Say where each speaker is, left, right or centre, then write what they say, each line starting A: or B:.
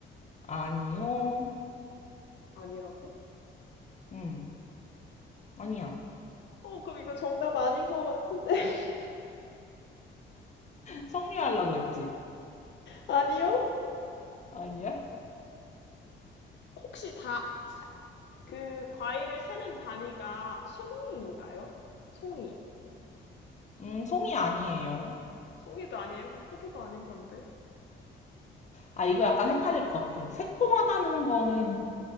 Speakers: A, on the left; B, on the left.
A: 아니요.
B: 아니라고?
A: 응, 아니야.
B: 어, 그럼 이거 정답 아닌 것 같은데. <laughs>
A: 성류할라 그랬지.
B: 아니요?
A: 아니야?
B: 혹시 다 그 과일을 세는 단위가 송이인가요? 송이.
A: 음, 송이 아니에요.
B: 송이도 아니에요. 그럼 포도도 아닌 건데.
A: 아, 이거 약간 헷갈릴 것 같아. 새콤하다는 거는,